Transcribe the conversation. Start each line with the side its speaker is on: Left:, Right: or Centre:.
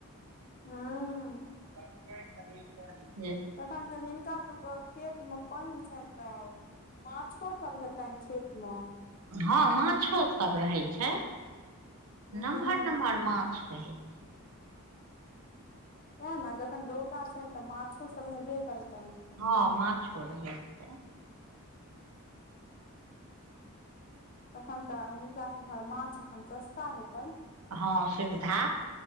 Left: हूँ
Right: <unintelligible>
Left: तखन तऽ हिनका सभका खेत मे पानि छनि तऽ माछो सभ हेतनि खेत मे
Right: हँ माछो सभ रहे छै
Left: हूं
Right: नमहर नमहर माछ रहे छै
Left: ते ने जखन डोका छनि तऽ माछो सभ हेबे करतैन।
Right: हँ माछो रहै छै।
Left: एखन तऽ हिनका सभ उमहर माछ एखन सस्ता हेतैन।
Right: हँ सुविधा।